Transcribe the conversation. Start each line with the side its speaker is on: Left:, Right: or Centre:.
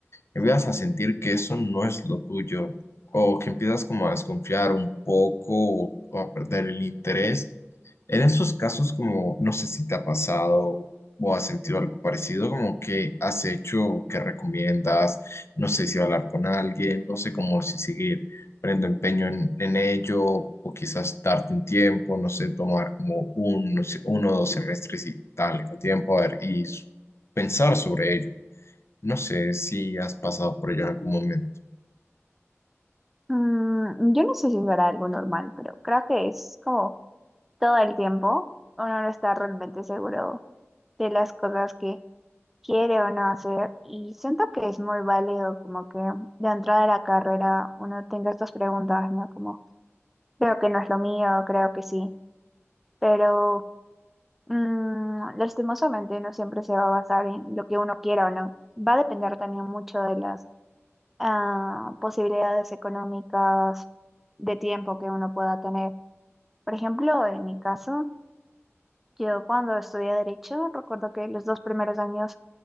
Left: empiezas a sentir que eso no es lo tuyo, o que empiezas como a desconfiar un poco o, o a perder el interés. En esos casos, como no sé si te ha pasado o has sentido algo parecido, como que has hecho, que recomiendas, no sé si hablar con alguien, no sé cómo si seguir poniendo empeño en, en ello, o quizás darte un tiempo, no sé, tomar como un, no sé, uno o dos semestres y darle con tiempo a ver, y s- pensar sobre ello. No sé si has pasado por ello en algún momento.
Centre: Mm, yo no sé si será algo normal, pero creo que es como todo el tiempo uno no está realmente seguro de las cosas que quiere o no hacer. Y siento que es muy válido como que de entrada de la carrera uno tenga estas preguntas, ¿no? Como, creo que no es lo mío, creo que sí. Pero mm, lastimosamente no siempre se va a basar en lo que uno quiera o no. Va a depender también mucho de las ah, posibilidades económicas de tiempo que uno pueda tener. Por ejemplo, en mi caso, yo cuando estudié derecho, recuerdo que los dos primeros años